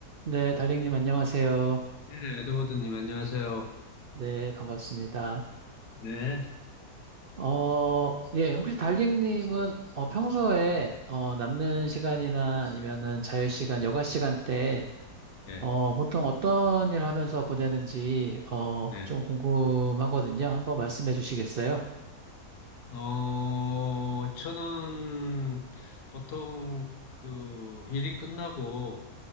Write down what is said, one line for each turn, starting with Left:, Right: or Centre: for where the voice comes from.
Right: 네, 달링님 안녕하세요.
Left: 네, 에드워드님, 안녕하세요.
Right: 네, 반갑습니다.
Left: 네,
Right: 어, 예, 혹시 달링님은 어, 평소에 어, 남는 시간이나 아니면은 자유 시간, 여가 시간 때
Left: 예,
Right: 어, 보통 어떤 일 하면서 보내는지 어,
Left: 예.
Right: 좀 궁금하거든요. 한번 말씀해 주시겠어요?
Left: 어, 저는 보통 그 일이 끝나고